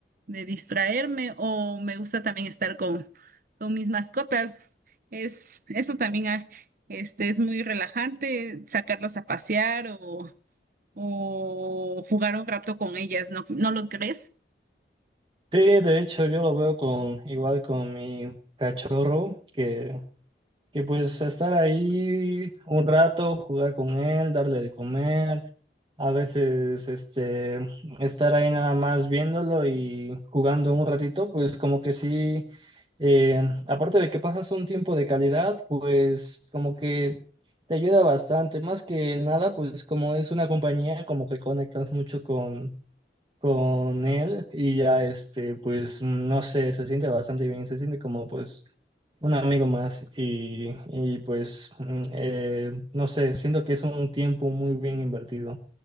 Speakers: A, on the right; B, on the right.
A: de distraerme o me gusta también estar con, con mis mascotas. Es, eso también ah, este, es muy relajante, sacarlas a pasear o, o jugar un rato con ellas, ¿no, no lo crees?
B: Sí, de hecho yo lo veo con igual con mi cachorro, que, que pues estar ahí un rato, jugar con él, darle de comer, a veces este estar ahí nada más viéndolo y jugando un ratito, pues como que sí Eh, aparte de que pasas un tiempo de calidad, pues como que te ayuda bastante. Más que nada, pues como es una compañía, como que conectas mucho con, con él y ya este, pues no sé, se siente bastante bien, se siente como pues un amigo más y, y pues mm, eh, no sé, siento que es un tiempo muy bien invertido.